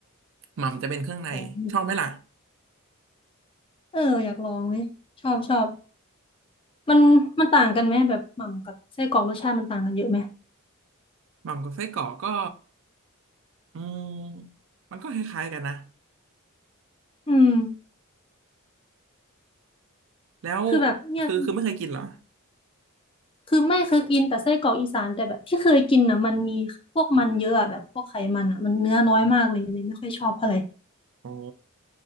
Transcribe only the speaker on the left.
โหเอออยากลองเว้ยชอบชอบมันมันต่างกันไหมแบบหม่ำกับไส้กรอกรสชาติมันต่างกันเยอะไหม
อืม
คือแบบเนี่ย
คือไม่เคยกินแต่ไส้กรอกอีสานแต่แบบที่เคยกินน่ะมันมีพวกมันเยอะอะแบบพวกไขมันอ่ะมันเนื้อน้อยมากเลยเลยไม่ค่อยชอบเท่าไหร่